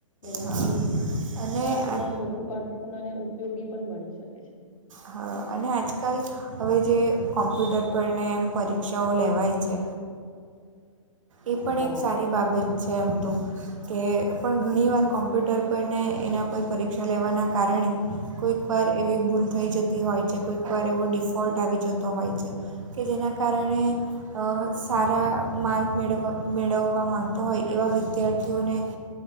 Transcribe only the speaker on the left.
એનાથી-
- શિક્ષણ
આપણું
આમ વધુ અર્થપૂર્ણ અને ઉપયોગી પણ બની શકે છે.
હા